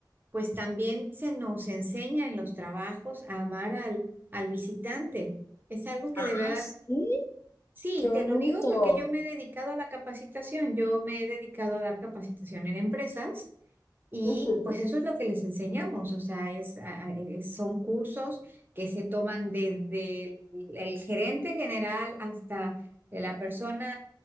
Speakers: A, on the right (about 25°); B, on the left (about 35°).
A: pues también se nos enseña en los trabajos a amar al, al visitante. Es algo que
B: Ah,
A: de verdad
B: sí,
A: Sí,
B: qué bonito.
A: te lo digo porque yo me he dedicado a la capacitación, yo me he dedicado a dar capacitación en empresas. Y
B: Ujú.
A: pues eso es lo que les enseñamos, o sea, es, a- a- es- son cursos que se toman desde el, el gerente general hasta la persona